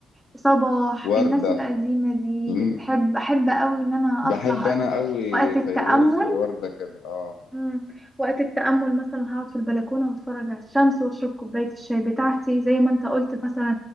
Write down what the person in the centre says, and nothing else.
صباح
الناس القديمة دي
بتحب أحب أوي إن أنا
أطلع
وقت التأمل
مم. وقت التأمل مثلا هقعد في البلكونة واتفرج على الشمس واشرب كوباية الشاي بتاعتي زي ما انت قلت مثلا